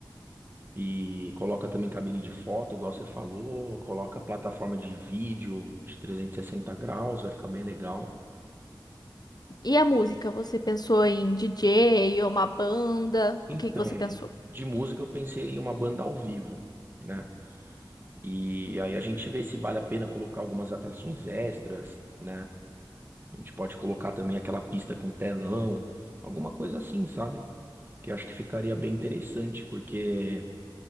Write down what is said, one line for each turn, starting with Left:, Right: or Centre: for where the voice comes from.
Right: e coloca também cabine de foto, igual você falou, coloca plataforma de vídeo de 360 graus, vai ficar bem legal.
Left: E a música? Você pensou em DJ ou uma banda?
Right: Então,
Left: O que que você pensou?
Right: de música eu pensei em uma banda ao vivo, né? E aí a gente vê se vale a pena colocar algumas atrações extras, né? A gente pode colocar também aquela pista com telão, alguma coisa assim, sabe? Que eu acho que ficaria bem interessante, porque